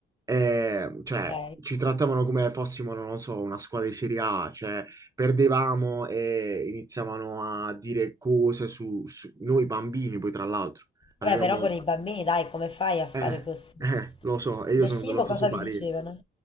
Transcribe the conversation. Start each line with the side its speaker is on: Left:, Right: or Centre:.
Right: E, cioè,
Left: Ok.
Right: ci trattavano come fossimo, non lo so, una squadra di Serie A, cioè perdevamo e iniziavano a dire cose su, su noi bambini, poi tra l'altro.
Left: Vabbè,
Right: Eh, Avevamo
Left: però con i bambini, dai, come fai a fare
Right: eh,
Left: così?
Right: eh, lo so, e
Left: Del
Right: io sono
Left: tipo,
Right: dello stesso
Left: cosa
Right: parere.
Left: vi dicevano?